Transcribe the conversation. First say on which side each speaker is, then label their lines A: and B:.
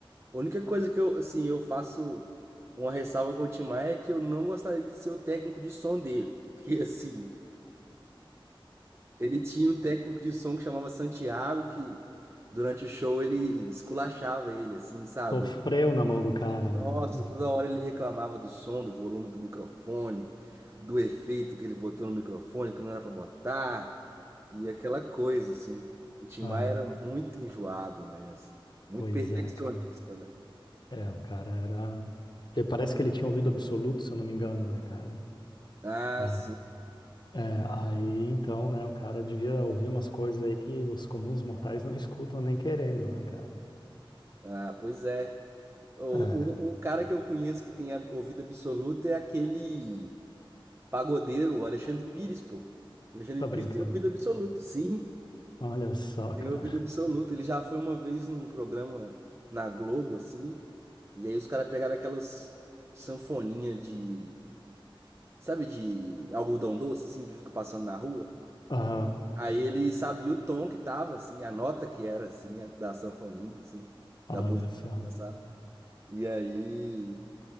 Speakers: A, on the right; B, on the left.
A: A única coisa que eu, assim, eu faço uma ressalva com o Tim Maia é que eu não gostaria de ser o técnico de som dele, porque, <laughs> assim, ele tinha um técnico de som que chamava Santiago, que durante o show ele esculachava ele, assim, sabe?
B: Sofreu na mão do cara, né,
A: Nossa,
B: velho?
A: toda hora ele reclamava do som, do volume do microfone, do efeito que ele botou no microfone que não era pra botar, e aquela coisa, assim. O Tim
B: Ah,
A: Maia era muito enjoado, né, assim, muito
B: pois
A: perfeccionista,
B: é, cara.
A: né?
B: É, o cara era. e Parece que ele tinha ouvido absoluto, se eu não me engano, né, cara?
A: Ah,
B: É,
A: sim.
B: é, aí então, né, o cara devia ouvir umas coisas aí que os comuns mortais não escutam nem querendo, né, cara?
A: Ah, pois é. O-
B: É,
A: Um um cara que eu conheço que tem a- ouvido absoluto é aquele pagodeiro, o Alexandre Pires, pô. O Alexandre
B: tá
A: Pires
B: brincando.
A: tem ouvido absoluto, sim,
B: Olha só,
A: tem
B: cara.
A: ouvido absoluto. Ele já foi uma vez num programa na Globo, assim, e aí os caras pegaram aquelas sanfoninhas de, sabe, de algodão doce, assim, que fica passando na rua.
B: Aham,
A: Aí ele sabia o tom que tava, assim, a nota que era, assim, a- da sanfoninha, assim,
B: olha
A: da buzininha,
B: só.
A: sabe? E aí.